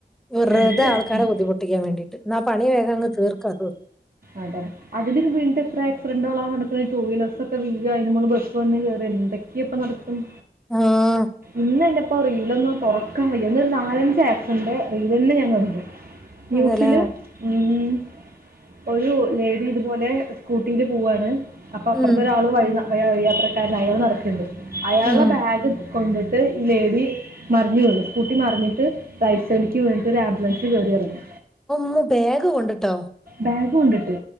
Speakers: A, in the centre; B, on the right.
A: വെർതെ
B: എന്ത് കാര്യത്തിന്
A: ആൾക്കാരെ ബുദ്ധിമുട്ടിക്കാൻ വേണ്ടിയിട്ട് ന്നാ വേഗം അങ്ങ് തീർക്കോ അതൂ
B: അത അതിന് വീണിട്ട് എത്ര ആക്സിഡന്റോള നടക്ക്ണ ടു വീലേഴ്സൊക്കെ വീ അതിന് മോള് ബസ് വന്ന് കേറി എന്തൊക്കെയ ഇപ്പ നടക്കുന്ന
A: ആഹ്
B: ഇന്നന്നെ ഇപ്പൊ റീലൊന്നും തൊറക്കാൻ വയ്യ ഇന്നൊരു നാലഞ്ച ആക്സിഡന്റെ റീൽ ഇന്ന് ഞ കണ്ടു ന്യൂസില്
A: അതേല്ലേ
B: ഉം ഒരു ലേഡി ഇതുപോലെ സ്കൂട്ടിയില് പോവ്വാണ് അപ്പൊ അപ്പുറത്തൊരാള്
A: ഉം
B: വഴി നട് വഴി യാത്രക്കാരന് അയാൾ നടക്കണ്ട് അയാളുടെ
A: ഉം
B: ബാഗ് കൊണ്ടിട്ട് ഈ ലേഡി മറിഞ് വീണ് സ്കൂട്ടി മറിഞ്ഞിട്ട് റൈറ്റ് സൈഡിക്ക് വീണിട്ട് ഒരു ആംബുലൻസ് കയറിയറങ്ങി
A: മ് ബാഗ് കൊണ്ടിട്ടോ
B: ബാഗ് കൊണ്ടിട്ട്